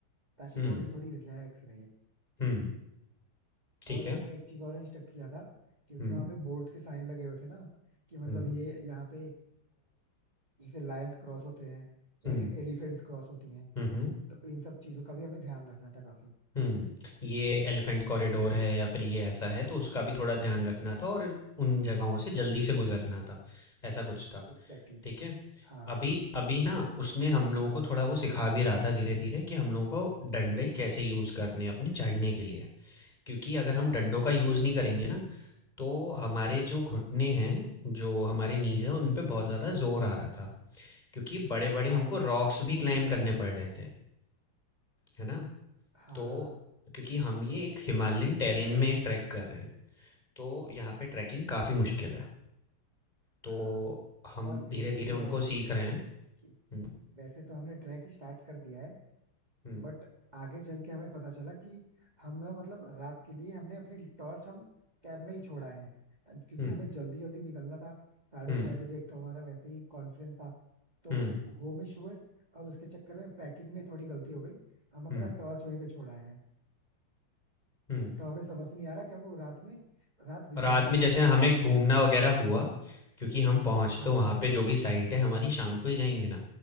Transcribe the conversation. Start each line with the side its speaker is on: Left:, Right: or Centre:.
Right: ताकि
Left: हुँ,
Right: बॉडी थोड़ी रिलैक्स रहे
Left: हुँ, ठीक
Right: और
Left: है।
Right: उसने एक चीज और इंस्ट्रक्ट किया था क्योंकि
Left: हुँ,
Right: वहां पे बोर्ड के साइन लगे हुए थे ना कि मतलब
Left: हुँ,
Right: ये यहाँ पे अ, जैसे लायंस क्रॉस होते हैं
Left: हुँ,
Right: या फिर एलिफेंट्स क्रॉस होती हैं
Left: हुँ, हुँ,
Right: तो इन सब चीजों का भी हमें ध्यान रखना था काफी
Left: हुँ। ये एलिफेंट कॉरिडोर है या फिर ये ऐसा है, तो उसका भी थोड़ा ध्यान रखना था और उन जगहों से जल्दी से गुज़रना था, ऐसा कुछ था।
Right: Exactly exactly.
Left: ठीक है?
Right: हाँ
Left: अभी अभी ना उसने हम लोगों को थोड़ा वो सिखा भी रहा था धीरे-धीरे कि हम लोगों को डंडे कैसे यूज़ करने हैं अपने चढ़ने के लिए। क्योंकि अगर
Right: हाँ
Left: हम डंडों का यूज़ नहीं करेंगे ना, तो हमारे जो घुटने हैं, जो हमारे नीज़ हैं, उन पे बहुत ज़्यादा ज़ोर आ रहा था। क्योंकि बड़े-बड़े
Right: हाँ
Left: हमको रॉक्स भी क्लाइम्ब करने पड़ रहे थे, है ना?
Right: हाँ
Left: तो
Right: हाँ
Left: क्योंकि हम ये एक हिमालयन टेरेन में ट्रैक कर रहे हैं, तो यहाँ पे ट्रैकिंग काफ़ी मुश्किल है। तो
Right: हाँ
Left: हम
Right: और एक
Left: धीरे-धीरे
Right: चीज
Left: उनको
Right: और
Left: सीख रहे हैं।
Right: कि
Left: हुँ,
Right: वैसे तो हमने ट्रैक स्टार्ट कर दिया है
Left: हुँ,
Right: बट आगे चल के हमें पता चला कि हमने मतलब रात के लिए हमने अपनी टॉर्च हम कैब में ही छोड़ा है क्योंकि
Left: हुँ,
Right: हमें जल्दी जल्दी निकलना था साढ़े
Left: हुँ,
Right: छह बजे एक तो हमारा वैसे ही कॉन्फ्रेंस था तो
Left: हुँ।
Right: वो मिस हुए और उसके चक्कर में पैकिंग में थोड़ी गलती हो गई हम अपना
Left: हुँ,
Right: टॉर्च वहीं पे छोड़ आए हैं
Left: हुँ।
Right: तो हमें समझ नहीं आ रहा कि हम लोग रात में रात बिताएंगे
Left: रात में
Right: कैसे
Left: जैसे
Right: और करेंगे
Left: हमें घूमना
Right: क्या
Left: वगैरह हुआ, क्योंकि हम पहुँच
Right: हाँ
Left: तो वहाँ पे जो भी साइट है हमारी शाम को ही जाएँगे ना,